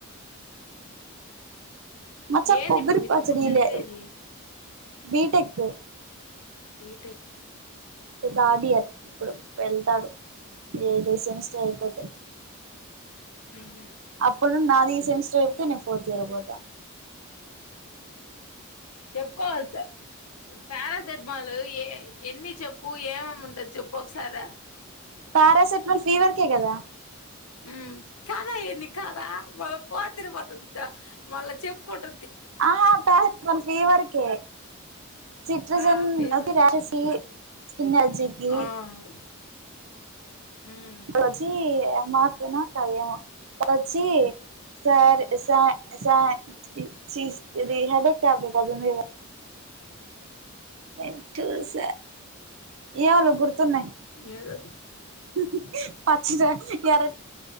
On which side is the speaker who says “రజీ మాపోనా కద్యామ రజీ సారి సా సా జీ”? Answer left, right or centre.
Right